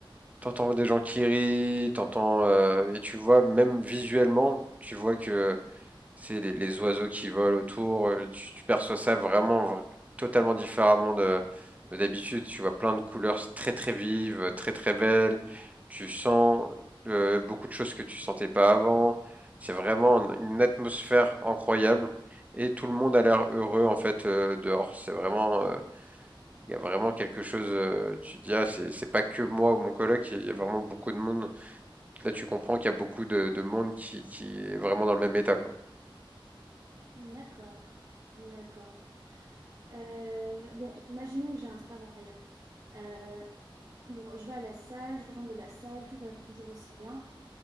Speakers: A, on the right (about 15°); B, on the right (about 45°).
A: t'entends des gens qui rient, t'entends, euh, et tu vois même visuellement, tu vois que c'est les, les oiseaux qui volent autour. euh, Tu, tu perçois ça vraiment vra- totalement différemment de, de d'habitude. Tu vois plein de couleurs très très vives, très très belles. Tu sens euh, beaucoup de choses que tu sentais pas avant. C'est vraiment une une atmosphère incroyable et tout le monde a l'air heureux en fait euh, dehors. C'est vraiment, euh, il y a vraiment quelque chose. euh, tu te dis ah c'est c'est pas que moi ou mon coloc, il y a vraiment beaucoup de monde. Là tu comprends qu'il y a beaucoup de, de monde qui qui est vraiment dans le même état quoi.
B: D'accord, d'accord. Euh, bon, imaginons que j'ai un travail. hein. Euh, bon, je vais à la salle, je rentre de la salle, tout va toujours aussi bien.